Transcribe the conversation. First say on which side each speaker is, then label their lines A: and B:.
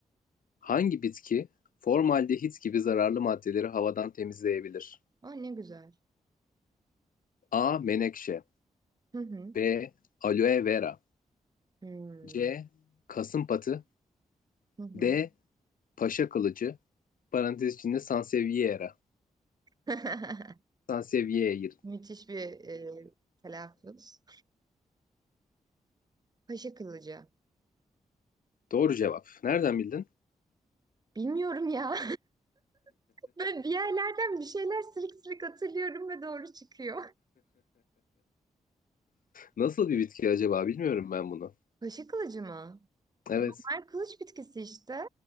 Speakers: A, on the left; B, on the right.
A: Hangi bitki formaldehit gibi zararlı maddeleri havadan temizleyebilir?
B: Aa ne güzel.
A: A. Menekşe
B: Hı hı.
A: B. Aloe vera
B: Hmm.
A: C. Kasımpatı
B: Hı hı.
A: D. Paşa kılıcı parantez içinde sansevieria.
B: <laughs>
A: Sansevieria.
B: Müthiş bir e, telaffuz. Paşa kılıcı.
A: Doğru cevap. Nereden bildin?
B: Bilmiyorum ya. <laughs> Böyle bir yerlerden bir şeyler silik silik hatırlıyorum ve doğru çıkıyor.
A: Nasıl bir bitki acaba bilmiyorum ben bunu.
B: Paşa kılıcı mı?
A: Evet.
B: Mer kılıç bitkisi işte.